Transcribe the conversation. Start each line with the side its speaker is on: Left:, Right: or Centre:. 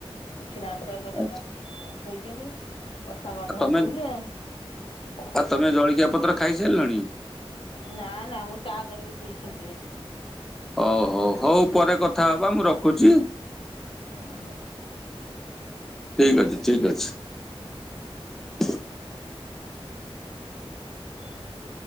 Left: ଉଠିିନାହାନ୍ତି ତ ଏ ପର୍ଯ୍ୟନ୍ତ
Centre: ଆଉ
Left: ଶୋଇଚନ୍ତି ବର୍ଷା ପାଗ
Centre: ତମେ
Left: ହଉଚି ବୁଲି ଆ ହ <unintelligible>
Centre: ଆଉ ତମେ ଜଳଖିଆ ପତ୍ର ଖାଇସାରିଲଣି।
Left: ନା ନା ମୁଁ ଚା କରିକି ପିଇଥିଲି ଟିକେ।
Centre: ହଉ ହଉ ହଉ ପରେ କଥା ହବା ମୁଁ ରଖୁଛି।
Left: ହଁ ହଁ।
Centre: ଠିକ ଅଛି ଠିକ ଅଛି।
Left: ବୁଝିଲେ